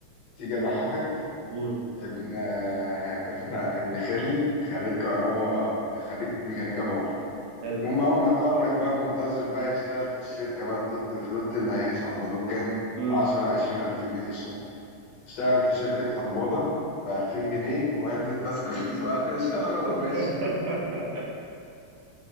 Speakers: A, on the left (about 65°); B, on the right (about 80°).
A: تيجي اضحكك
B: قول
A: ابن آه، ابن ابن خالي خريج كهرباء خريج ميكانيكا باور
B: حلو
A: المهم أول ما اتخرج بقى منتظر بقى يشتغل في الشركة بقى التوت فروت اللي هيقبضوه كام؟
B: امم
A: عشرة عشرين ألف جنيه في الشهر اشتغل في شركة لمبودة بألفين جنيه وعلبة بسكوت <laughs> في آخر الشهر وهو
B: <laughs>
A: ماشي